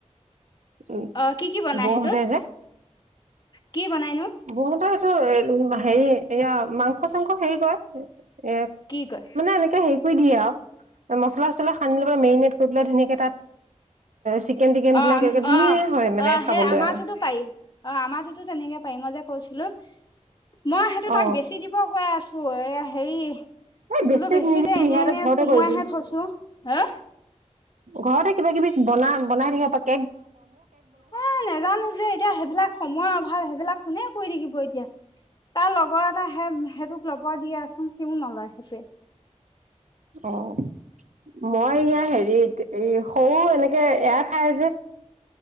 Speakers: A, on the right (about 85°); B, on the left (about 35°).
A: উম,
B: অ কি কি বনাই
A: বৌহঁতে
B: সেইটোত
A: যে
B: কি বনাইনো
A: বহুতৰ এইটো, এ, হেৰি এয়া, মাংস চাংস হেৰি কৰে। এ,
B: কি কয়
A: মানে, এনেকে হেৰি দিয়ে আৰু মছলা চচলা সানি লয়, মেৰিনেট কৰি পেলাই ধুনীয়াকে তাত চিকেন টিকেন
B: অ'!
A: বিলাক
B: আমি
A: এনেকে ধুনীয়াই
B: অ'!
A: হয় মানে
B: অ'!
A: খাবলৈ
B: সেই আমাৰতোটো
A: আৰু
B: পাৰি। অ'! আমাৰতোটো তেনেকে পাৰি। মই যে কৈছিলোঁ, মই সেইটো
A: অ
B: তাক বেছি দিব কৈ আছোঁ এ, হেৰি
A: এই
B: বোলো বেছি
A: নিদিবি
B: দে, এনেই
A: সিহঁতে
B: এনেই
A: ঘৰতে
B: সুমোৱাইহে
A: কৰিবি
B: থৈছোঁ। হা!
A: ঘৰতে কিবা কিবি বনা, বনাই থাকিব পা
B: এ, নাজানোঁ যে এতিয়া। সেইবিলাক, সময়ৰ অভাৱ, সেইবিলাক কোনে কি কৰি থাকিব এতিয়া। তাৰ লগৰ এটা সেই সেইটোক ল'ব দি আচোঙ সিও নলয়। সেই
A: অ'! মই ইয়াৰ হেৰিত, এই সৰু এনেকে, এয়া খায় যে।